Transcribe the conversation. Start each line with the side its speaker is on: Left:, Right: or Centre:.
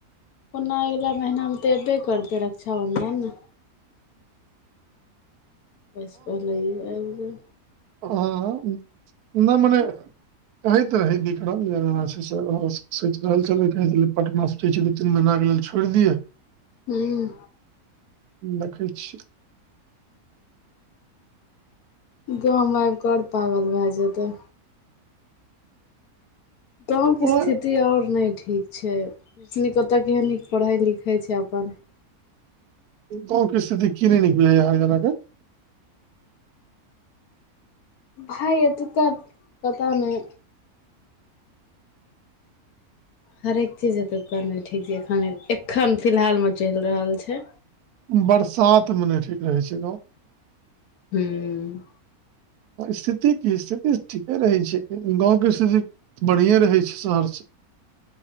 Left: ओना अगिला महिनामे तऽ अयबे करतै रक्षाबन्धन। बस पहिलिये आइब जाइ
Right: हं नहि मने कहैत रहे बिक्रम <unintelligible> सोच रहल छल पटना सोच तीन महिना के लेल छोड़ि दिये।
Left: हूं।
Right: देखै छी
Left: गाँवमे आबिकऽ और पागल भए जेतै। गाँवके स्थित
Right: ओ
Left: स्थिति ओर नहि ठीक छै ओय स नीक ओतऽ केह नीक पढ़ै लिखै छै अपन
Right: गाँव के कि स्थिति की नय निक बुझइया आँहा <unintelligible>
Left: भाय एतुका पता नहि। हरेक चीज एतुका नय ठीक जे एखन एखन फिलहाल में चलि रहल छै
Right: बरसात मे नहि ठीक रहै छै गाँव।
Left: हूँ।
Right: स्थिति की स्थिति ठीके रहै छै, गाँवके स्थिति बढ़िए रहै छै शहर से,